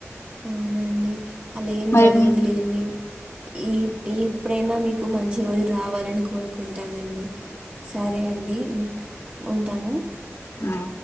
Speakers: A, on the right; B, on the left.
A: అవునా అండి అలా ఏం
B: మరి
A: జరగదు
B: మీ
A: లేండి ఈ ఇప్పుడైనా మీకు మంచి రోజులు రావాలని కోరుకుంటానండి సరే అండి మీక్ ఉంటాను
B: ఆ